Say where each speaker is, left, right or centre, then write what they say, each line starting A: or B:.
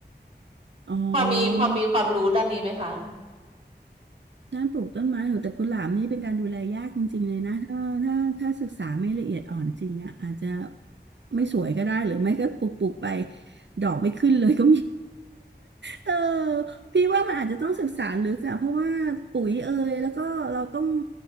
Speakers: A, on the right; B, on the right.
A: ๋อ
B: พอมีพอมีความรู้ด้านนี้ไหมคะ
A: ด้านปลูกต้นไม้หรือแต่กุหลาบนี่เป็นการดูแลยากจริงๆเลยนะถ้าถ้าถ้าศึกษาไม่ละเอียดอ่อนจริงอ่ะอาจจะไม่สวยก็ได้หรือไม่ก็ปลูกปลูกไปดอกไม่ขึ้นเลยก็มี เออพี่ว่ามันอาจจะต้องศึกษาลึกอะเพราะว่าปุ๋ยเอยแล้วก็เราต้อง